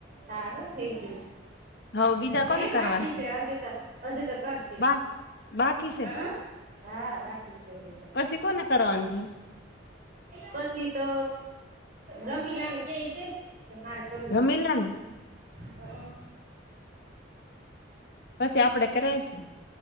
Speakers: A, on the right; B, on the left.
A: હા થઈ ગયું.
B: હવે બીજા કોને
A: એટલે
B: કરવાનું
A: બાકી છે હજી તો હજી તો કરશે
B: બા બાકી છે
A: હઅ હા બાકી છે હું તા.
B: પછી કોને કરવાનું છે.
A: પછી તો રમીલા ને કેય છે કે મારે કરું
B: રમીલા ને.
A: હ અ.
B: પછી આપડે કરાયશું.